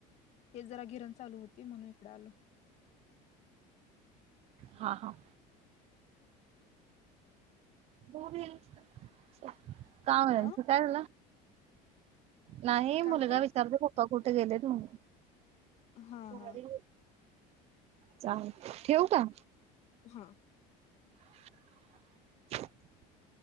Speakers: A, on the left; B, on the right.
A: ते जरा गिरण चालू होती म्हणून इकडे आलो.
B: हा हा बोबील <unintelligible> का म्हरायचं
A: अ
B: काय झाला नाही
A: काय
B: मुलगा
A: ते
B: विचारत होता. कुठे गेले का नही
A: हा
B: झारी
A: हा
B: चालेल ठेऊ का?
A: हा.
B: <unintelligible>